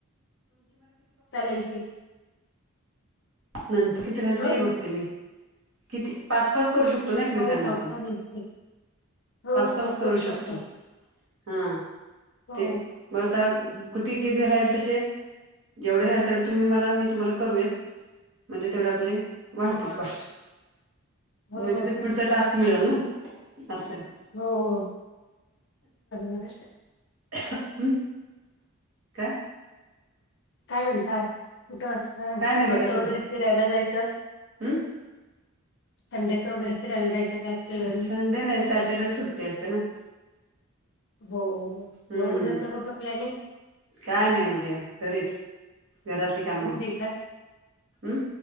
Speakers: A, on the left (about 55°); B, on the right (about 60°).
A: चाल क
B: नंतर किती राहिल
A: अ
B: तेही बघते मी किती पाच पाच करू शक. एकमेकांना
A: हो हो
B: आपण
A: चालेल की हो
B: पासपस
A: हो
B: करू शकतो.
A: शकता
B: हा
A: हो
B: ते मग आता कुती किे राहील तसे जेवढे राहील तेवढ तुम्ही मला मी तुम्हाला करूयात. म्हणजे तेवढे आपले वाढतील
A: हो
B: का?
A: हो
B: मध् ते
A: तेच
B: पुढचा
A: की
B: टास्क मिळेल ना? असंय.
A: हो. <unintelligible>
B: <unintelligible> का?
A: काय म्हणता? कुठं असता?
B: काय
A: संडेचं
B: नाही बघा तुम्ही
A: वगैरे फिरायला जायचं?
B: <unintelligible>
A: संडेचं वगैरे फिरायला जायचं? काय प्लॅनिंग
B: स संडे नाही, सॅटरडेला सुट्टी असते ना.
A: हो,
B: हम्म
A: मग उद्याचा कुठं, प्लॅनिंग?
B: काय नाही उद्या. घरीच. घरातली कामं.
A: उद्या का
B: अं.